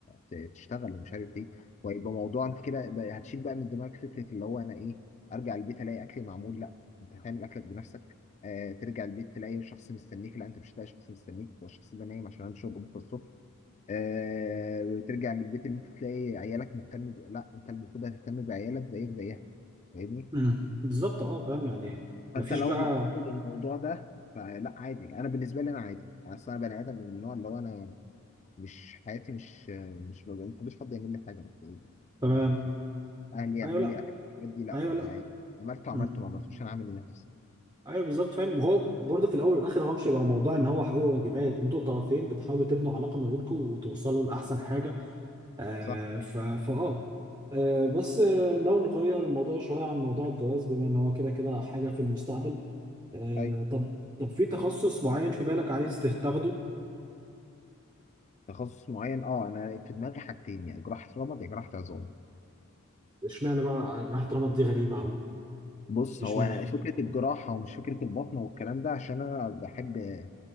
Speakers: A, on the left; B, on the right.
A: ت- تشتغل ومش عارف ايه وهيبقى موضوع انت كده بقى- هتشيل بقى من دماغك فكره اللي هو انا ايه ارجع البيت الاقي اكلي معمول لا انت هتعمل اكلك بنفسك آه ترجع البيت تلاقي شخص مستنيك لا انت مش هتلاقي شخص مستنيك هو الشخص ده نايم عشان عنده شغل بكره الصبح آه ترجع من البيت اللي انت تلاقي عيالك مهتم ب- لا انت المفروض هتهتم بعيالك زيك زيها فاهمني
B: امم بالظبط اه فاهم يعني
A: فانت
B: مفيش
A: لو
B: بقى
A: متقبل الموضوع ده فلا عادي انا بالنسبه لي انا عادي انا اصلا بني ادم من النوع اللي هو انا مش حياتي مش مش ما بحبش حد يعمل لي حاجه مبدئيا
B: تمام
A: هو أنا- اهلي يعملوا
B: ايوه لا
A: لي اكل الحاجات دي لا
B: ايوه
A: ما-
B: لا
A: عملته
B: مم.
A: عملته ما عملتوش انا عامل لنفسي
B: ايوه بالظبط فاهم وهو برضه في الاول والاخر هو مش هيبقى موضوع ان هو حقوق وواجبات انتوا الطرفين بتحاولوا تبنوا علاقه ما بينكم وتوصلوا لاحسن حاجه آه
A: صح
B: ف فاه آه بس آه لو نغير الموضوع شويه عن موضوع الجواز بما ان هو كده كده حاجه في المستقبل آه
A: اي
B: طب طب في تخصص معين في بالك عايز تاخده
A: تخصص معين اه انا في دماغي حاجتين يا جراحه رمد يا جراحه عظام
B: اشمعنى بقى جراحه رمد دي غريبه قوي
A: بص
B: اشمعنى
A: هو انا فكره الجراحه ومش فكره البطن والكلام ده عشان انا بحب ما